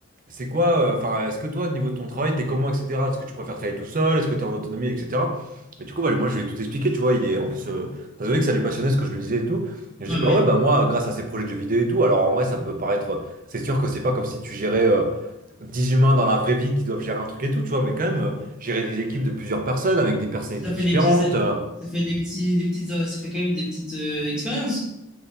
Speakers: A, on the right; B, in the centre.
A: c'est quoi, euh, enfin, est-ce que toi, au niveau de ton travail, t'es comment, etc. Est-ce que tu préfères travailler tout seul? Est-ce que t'es en autonomie, etc. Et du coup, bah, moi, je lui ai tout expliqué, tu vois, il est, en plus, euh, ça se voyait que ça lui passionnait ce que je lui disais et tout. Et je
B: Ah
A: dis, bah
B: bah oui.
A: ouais, bah moi, grâce à ces projets de jeux vidéo et tout, alors en vrai, ça peut paraître, c'est sûr que c'est pas comme si tu gérais euh, 10 humains dans la vraie vie qui doivent gérer un truc et tout, tu vois, mais quand même, euh, gérer des équipes de plusieurs personnes avec des personnalités
B: Ça fait
A: différentes.
B: des petits, ça,
A: euh,
B: ça fait des petits, des petites, euh, ça fait quand même des petites euh, expériences.